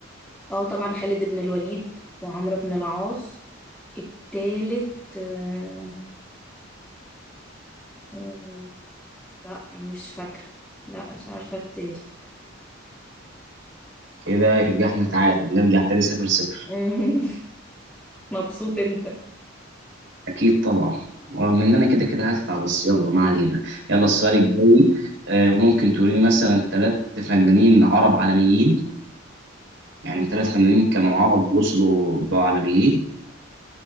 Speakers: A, in the centre; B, on the right.
A: اه طبعا خالد بن الوليد وعمرو بن العاص التالت آه، آه، لا مش فاكرة لا مش عارفة التالت
B: كده يبقى احنا تعادل نرجع تاني صفر صفر
A: مم. <laughs> مبسوط انت
B: أكيد طبعا رغم إن أنا كده كده هطلع بس يلا ما علينا يلا السؤال الجاي آه، ممكن تقولي لي مثلا تلات فنانين عرب عالميين يعني
A: مم.
B: تلات فنانين كانوا عرب وصلوا بقوا عالميين